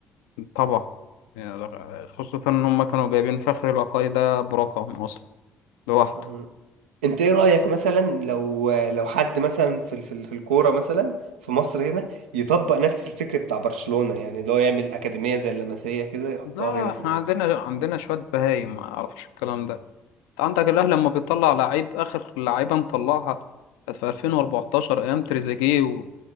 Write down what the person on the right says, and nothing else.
مهم. انت ايه رأيك مثلا لو لو حد مثلا في ال- في ال- في الكورة مثلا في مصر هنا يطبق نفس الفكر بتاع برشلونة يعني اللي هو يعمل أكاديمية زي اللمسية كده يحطها
هنا
في مصر